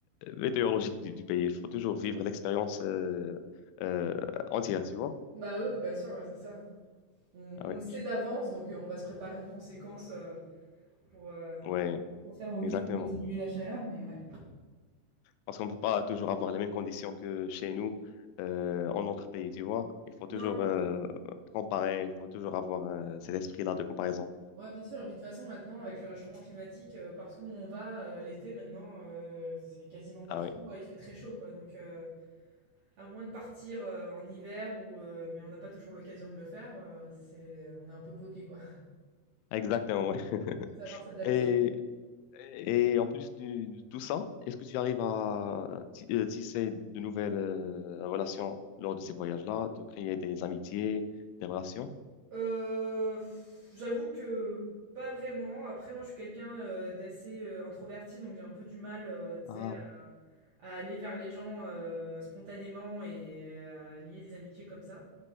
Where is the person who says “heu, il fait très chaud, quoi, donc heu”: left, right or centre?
Right